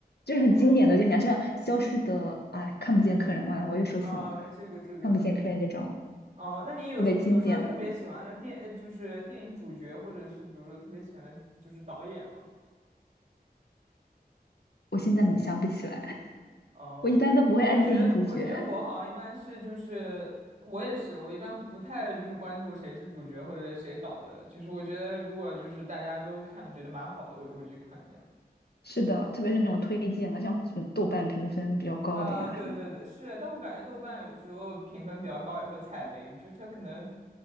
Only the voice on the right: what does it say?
哦
啊，这个这个，
哦，那你有什么比如说特别喜欢的电，
呃，就是电影主角，或者是比如说特别喜欢的就是导演吗？
哦，
我觉得，我觉得我好像一般是就是，我也是，我一般不太就是关注谁是主角或者谁导的，就是我觉得如果就是大家都看的觉得蛮好的，我就会去看这样。
啊、对对对，
是，但我感觉豆瓣有时候评分比较高也会踩雷，就它可能，